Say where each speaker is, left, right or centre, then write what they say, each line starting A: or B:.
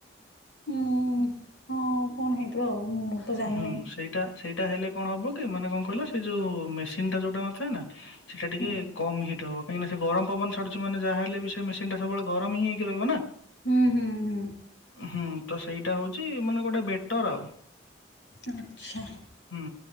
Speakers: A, on the left (about 70°); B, on the left (about 85°).
A: ହୁଁ ହଁ କଣ ହେଇଥିବ ଆଉ ମୁଁ ତ ଜାଣିନି।
B: ହୁଁ ସେଇଟା ସେଇଟା ହେଲେ କଣ ହବ କି? ମାନେ କଣ କହିଲା ସେ ଯୋଉ ମେସି ଇନଟା ଯୋଉଟା ନଥାଏ ନା ସେଇଟା ଟିକେ
A: ହୁଁ
B: କମ ହିଟ୍ ହବ। କାହିଁକି ନା ସେ ଗରମ ପବନ ଛାଡୁଛି ମାନେ ଯାହା ହେଲେ ବି ସେ ମିସିନ ଟା ସବୁବେଳେ ଗରମ ହଁ ହେଇକି ରହିବ ନା।
A: ହୁଁ ହୁଁ ହୁଁ।
B: ହୁଁ ତ ସେଇଟା ହଉଛି ମାନେ ଗୋଟେ ବେଟର ଆଉ।
A: ଆଚ୍ଛା।
B: ହୁଁ